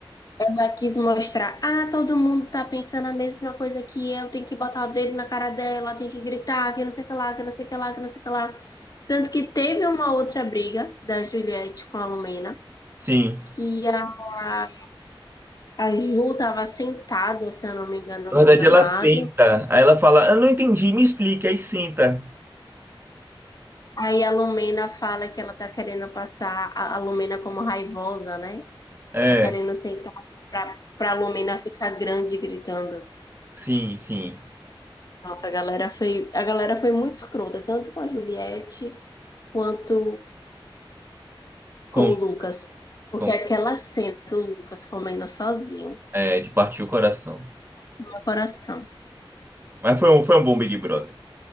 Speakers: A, on the left; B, on the right.
A: Ela quis mostrar, ah, todo mundo tá pensando a mesma coisa que eu, tem que botar o dedo na cara dela, tem que gritar, que não sei o que lá, que não sei o que lá, que não sei o que lá. Tanto que teve uma outra briga da Juliette com a Lumena,
B: Sim.
A: que a, a Ju tava sentada, se eu não me engano,
B: Na
A: no
B: verdade,
A: gramado.
B: ela senta. Aí ela fala, eu não entendi, me explica. Aí senta.
A: Aí a Lumena fala que ela tá querendo passar a, a Lumena como raivosa, né?
B: É,
A: Tá querendo sentar pra, pra Lumena ficar grande gritando.
B: sim, sim.
A: Nossa, a galera foi, a galera foi muito escrota, tanto com a Juliette quanto
B: Com,
A: com o Lucas. Porque
B: com-
A: aquela cena do Lucas comendo sozinho,
B: é, de partir o coração.
A: no meu coração.
B: Mas foi um, foi um bom Big Brother.